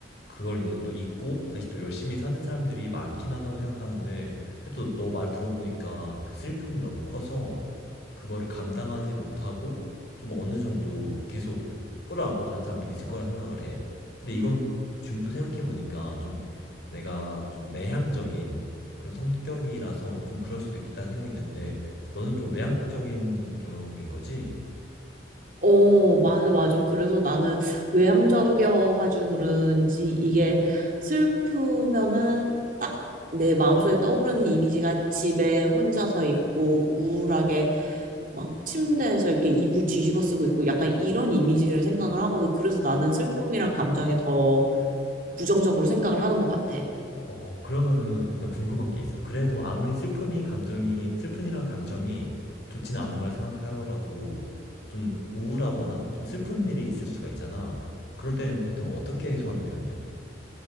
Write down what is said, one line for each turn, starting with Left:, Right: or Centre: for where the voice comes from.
Left: 그걸 이제 또 잊고 다시 또 열심히 사는 사람들이 많긴 하다고 생각하는데 근데 또 너 말 들어보니까 그 슬픔이 너무 커서 그거를 감당하지 못하고 좀 어느 정도 계속 끌어안고 간 사람도 있을 거라 생각을 해. 근데 이건 지금 또 생각해 보니까 좀 내가 좀 내향적인 그런 성격이라서 좀 그럴 수도 있겠다는 생각이 드는데 너는 좀 외향적인 성격인 거지?
Right: 어, 맞아, 맞아. 그래서 나는 외향적이어가지고 그런지 이게 슬프면은 딱 내 마음속에 떠오르는 이미지가 집에 혼자서 있고 우울하게 막 침대에서 이렇게 이불 뒤집어 쓰고 있고 약간 이런 이미지를 생각을 하거든. 그래서 나는 슬픔이란 감정에 더 부정적으로 생각을 하는 것 같아.
Left: 어, 그러면은 나 궁금한 게 있어. 그래도 아무리 슬픔이 감정이 슬픈이라는 감정이 좋지는 않은 거라 생각하더라도 좀 우울하거나 좀 슬픈 일이 있을 수가 있잖아. 그럴 때는 보통 어떻게 해소하는 편이야?